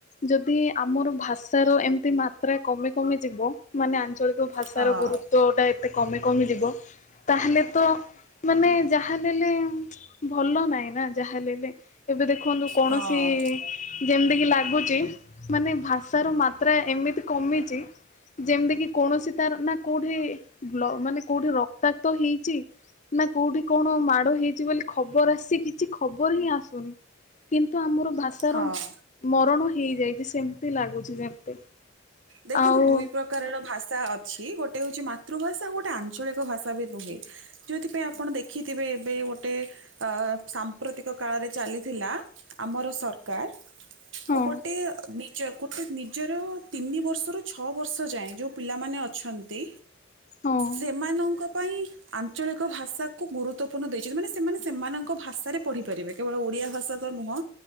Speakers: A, on the left; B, on the right.
A: ଯଦି ଆମର ଭାଷାର ଏମିତି ମାତ୍ରା କମି କମି ଯିବ ମାନେ ଆଞ୍ଚଳିକ ତ ଭାଷାର
B: ହଁ
A: ଗୁରୁତ୍ୱଟା ଏତେ କମି କମି ଯିବ। ତାହେଲେତ ମାନେ ଯାହାଲେଲେ ଭଲ ନାଇଁ ନା ଯାହାଲେଲେ ଏବେ ଦେଖନ୍ତୁ କୌଣସି
B: ହଁ
A: ଯେମିତିକିି ଲାଗୁଚି ମାନେ ଭାଷାର ମାତ୍ରା ଏମିତି କମିଚି ଯେମିତିକିି କୌଣସି ତାରନା କୋଉଠି ମାନେ କୋଉଠି ରକ୍ତାକ୍ତ ହେଇଚି ନା କୋଉଠି କଣ ମାଡ଼ ହେଇଚି ବୋଲି ଖବର ଆସିଚି କିଛି ଖବରହିଁ ଆସୁନି। କିନ୍ତୁ ଆମର ଭାଷାର
B: ହଁ
A: ମରଣ ହେଇଯାଇଚି ସେମିତି ଲାଗୁଚି ଯେମିତି
B: ଦେଖନ୍ତୁ
A: ଆଉ
B: ଦୁଇ, ପ୍ରକ୍ ପ୍ରକାରର ଭାଷା ଅଛି ଗୋଟେ ହଉଚି ମାତୃଭାଷା ଆଉ ଗୋଟେ ଆଞ୍ଚଳିକ ଭାଷାବି ରୁହେ। ଯୋଉଥିପାଇଁ ଆପଣ ଦେଖିଥିବେ ଏବେ ଗୋଟେ ଆ ସାମ୍ପ୍ରତିକ କାଳରେ ଚାଲିଥିଲା ଆମର ସରକାର୍
A: ହଁ
B: ଗୋଟେ ନିଜ ଗୋଟେ ନିଜର ତିନି ବର୍ଷରୁ ଛଅ ବର୍ଷ ଯାଏଁ ଯୋଉ ପିଲାମାନେ ଅଛନ୍ତି,
A: ହଁ।
B: ସେମାନଙ୍କ ପାଇଁ ଆଞ୍ଚଳିକ ଭାଷାକୁ ଗୁରୁତ୍ୱପୂର୍ଣ୍ଣ ଦେଇଚନ୍ତି, ମାନେ ସେମାନେ ସେମାନଙ୍କ ଭାଷାରେ ପଢିପାରିବେ କେବଳ ଓଡ଼ିଆ ଭାଷାତ ନୁହଁ